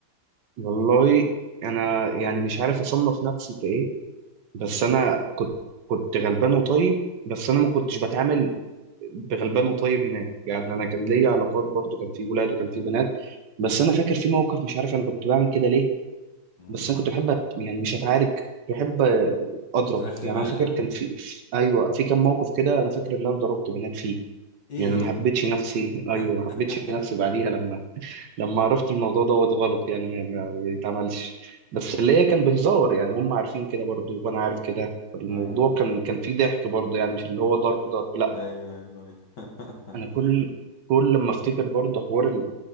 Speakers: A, on the right (about 60°); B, on the left (about 55°).
A: والله أنا يعني مش عارف أصنف نفسي كإيه بس
B: امم
A: أنا كنت كنت غلبان وطيب بس أنا ما كنتش بتعامل بغلبان وطيب هناك يعني أنا كان ليا علاقات برضو كان في ولاد وكان في بنات بس أنا فاكر في موقف مش عارف أنا كنت بعمل كده ليه
B: امم
A: بس انا كنت بحب أت... يعني مش اتعارك كنت بحب اضرب
B: ترخم
A: يعني
B: عليهم
A: انا فاكر كان في... في ايوه في كام موقف كده انا فاكر ان انا ضربت بنات فيه
B: ايه
A: يعني ما حبيتش نفسي ايوه
B: <laughs>
A: ما حبيتش نفسي بعديها لما لما عرفت الموضوع دوت غلط يعني ما, ما يتعملش بس اللي هي كان بهزار يعني هم عارفين كده برضو وانا عارف كده الموضوع
B: ايوه
A: كان
B: ايوه
A: كان فيه ضحك برضو يعني مش اللي هو ضرب ضرب لا
B: ايوه ايوه <laughs>
A: انا كل كل لما افتكر برضه حوار ال-